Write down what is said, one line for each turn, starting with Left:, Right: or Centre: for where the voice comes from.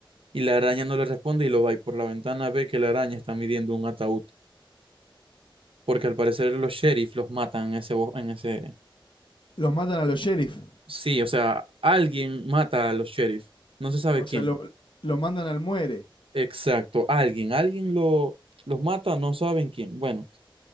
Right: Y la araña no le responde y lo va y por la ventana ve que la araña está midiendo un ataúd, porque al parecer los sheriff los matan en ese, bo- en ese,
Left: Los matan a los sheriff.
Right: Sí, o sea, alguien mata a los sheriff, no se sabe
Left: O
Right: quién.
Left: sea, lo, lo mandan al muere.
Right: Exacto, alguien, alguien lo, los mata, no saben quién. Bueno,